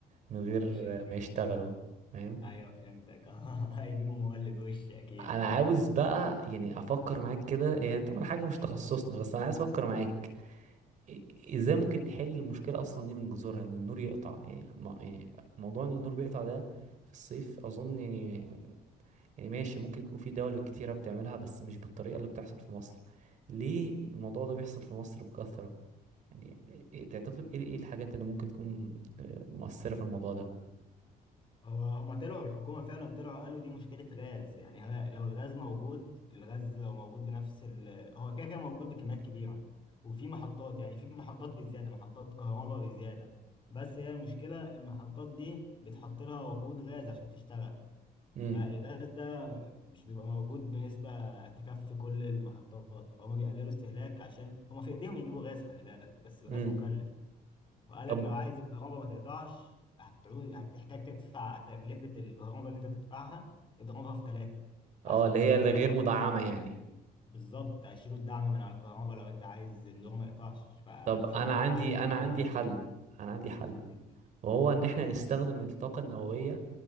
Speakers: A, on the right; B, on the left.
A: من غير
B: هم مش شغالين
A: آه، ما يشتغلوا فاهم
B: ايوه فهمتك <laughs> هيجيبوا مولد وش اكيد
A: انا عاوز بقى يعني افكر معاك كده هي طبعا حاجه مش تخصصنا بس انا عايز افكر معاك إ- ازاي ممكن نحل المشكله اصلا دي من جذورها ان النور يقطع يعني م- يعني موضوع ان النور بيقطع ده في الصيف اظن يعني يعني ماشي ممكن تكون في دول كتيرة بتعملها بس مش بالطريقة اللي بتحصل في مصر ليه الموضوع ده بيحصل في مصر بكثرة يعني إيه- تعتقد ايه ايه الحاجات اللي ممكن تكون آه، مؤثرة في الموضوع ده
B: هو هما طلعوا الحكومة فعلا طلعوا قالوا دي مشكلة غاز يعني ها- لو الغاز موجود الغاز لو موجود بنفس ال... هو كده كده موجود بكميات كبيرة وفي محطات يعني في محطات بالزيادة محطات كهرباء بالزيادة بس هي المشكلة المحطات دي بتحط لها وقود غاز عشان تشتغل
A: امم
B: فالغاز ده مش بيبقى موجود بنسبة تكفي كل المحطات فهم بيقللوا استهلاك عشان هما في ايديهم يجيبوا غاز خلي بالك بس الغاز
A: امم
B: مكلف وقال
A: طب
B: لك لو عايز الكهرباء ما تقطعش هتعود هتحتاج تدفع تكلفة الكهرباء اللي انت تدفعها اضربها في ثلاثة
A: اه
B: عشان
A: اللي
B: تدفع
A: هي الغير مدعمة يعني
B: بالظبط هيشيلوا الدعم من على الكهرباء لو انت عايز النور ما يقطعش فشوف
A: طب انا
B: انت
A: عندي
B: بقى عايز
A: انا عندي
B: تعمل
A: حل انا عندي حل
B: ايه
A: وهو ان احنا نستخدم الطاقة النووية